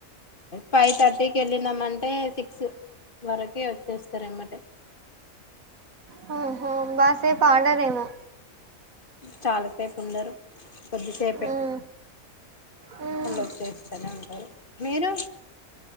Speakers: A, on the left; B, on the right.
A: ఫైవ్ థర్టీకి వెళ్ళినాం అంటే సిక్ ఎక్స్ వరకే వచ్చేస్తారన్నమాట
B: హు హు బాసే ఆడర ఏమో
A: చాలాసేపు ఉండరు కొద్దిసేపే
B: మ్మ్ మ్మ్
A: మల్ల వచ్చేచేస్తూనే ఉంటారు మీరు